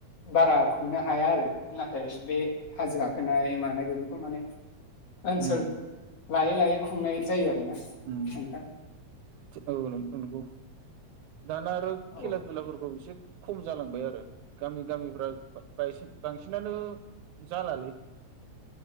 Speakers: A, on the left; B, on the right.
A: बारा खुंनो हाया आरो नाथाय बे हाजो गाखोनाय मानाय बेफोरखौ माने ओनसोल।
B: उम
A: लायै लायै खुंनाय जायो आरोना।
B: उम
A: नोंथां
B: औ नंगौ नंगौ। दाना आरो
A: औ
B: खेला दुलाफोरखौ एसे। खम जालांबाय आरो गामि। गामिफोराव बांसिनानो। जालालै।